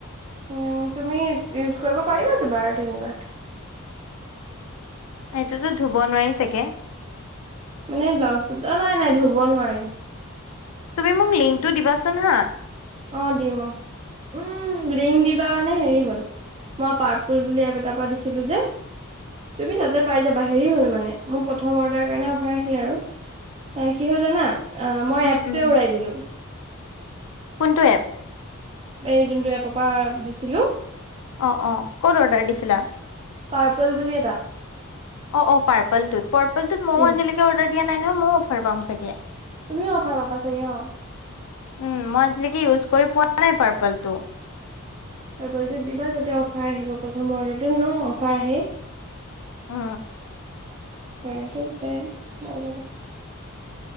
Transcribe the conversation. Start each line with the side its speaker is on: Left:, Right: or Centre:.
Right: উ তুমি ইউজ কৰিব পাৰিবা দুবাৰ তিনিবাৰ
Left: সেইটোতো ধুব নোৱাৰি চাগে
Right: মানে ব্লাউজ টোত অ নাই নাই ধুব নোৱাৰি
Left: তুমি মোক লিংকটো দিবাচোন হা
Right: অ দিম অ, উম লিং দিবা মানে হেৰি হ'ল মই পাৰ্পুল বুলি এবটাৰ পৰা দিছি ছিলো যে তুমি তাতে পাই যাবা হেৰি হ'ল মানে, মোৰ প্ৰথম অৰ্ডাৰ কাৰণে অফাৰ আহিলে আৰু অ কি হ'ল জানা অ মই
Left: উম
Right: এপটোৱে
Left: উম
Right: উৰাই দিলো।
Left: কোনটো এপ,
Right: এই যোনটো এপপা দিছিলো।
Left: অ অ ক'ত অৰ্ডাৰ দিছিলা?
Right: পাৰ্পল বুলি এটা।
Left: অ অ পাৰপল টোত পাৰপলটোত মইয়ো
Right: উম
Left: আজি লৈকে অৰ্ডাৰ দিয়া নাই নহয়। মইয়ো অফাৰ পাম চাগে।
Right: তুমিও অফাৰ পাবা চাগে অ।
Left: উম মই আজিলৈকে ইউজ কৰি পোৱা নাই পাৰ্পলটো
Right: পাৰপলটোত দিবা তাতে অফাৰ আহিব প্ৰথম অৰ্ডাৰটোত এনেও অফাৰ আহেই।
Left: উ
Right: <unintelligible>